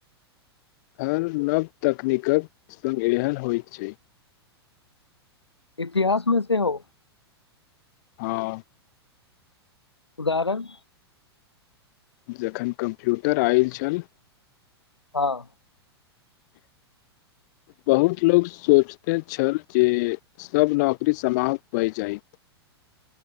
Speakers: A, on the left (about 45°); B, on the left (about 80°).
A: हर नव तकनीकक संग ग्रहण होइत छै
B: इतिहासमे सेहो
A: हँ
B: उदाहरण
A: जखन कम्प्यूटर आयल छल
B: हँ
A: बहुत लोक सोचते छल जे सब नौकरी समाप्त होए जाइ